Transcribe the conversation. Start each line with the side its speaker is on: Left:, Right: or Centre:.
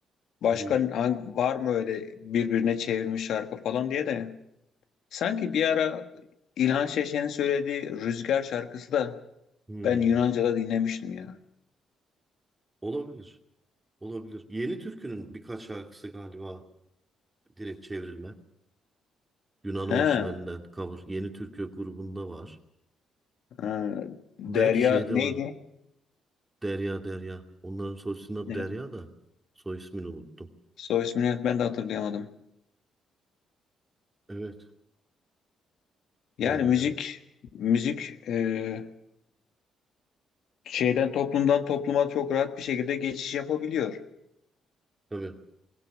Left: başka
Right: Buyur.
Left: hang- var mı öyle birbirine çevirmiş şarkı falan diye de. Sanki bir ara İlhan Şeşen'in söylediği Rüzgar şarkısı da
Right: Hmm.
Left: ben Yunanca'da dinlemiştim ya.
Right: Olabilir. Olabilir. Yeni Türkü'nün birkaç şarkısı galiba direkt çevrilme. Yunan orijinalinden
Left: He,
Right: cover. Yeni Türkü grubunda var.
Left: ha, Derya
Right: Belki şeyde
Left: neydi?
Right: var. Derya Derya. Onların soy isminin adı
Left: Neydi?
Right: Derya da soy ismini unuttum.
Left: Soy ismini ben de hatırlayamadım.
Right: Evet.
Left: Yani
Right: Derya.
Left: müzik müzik e, şeyden toplumdan topluma çok rahat bir şekilde geçiş yapabiliyor.
Right: Tabii.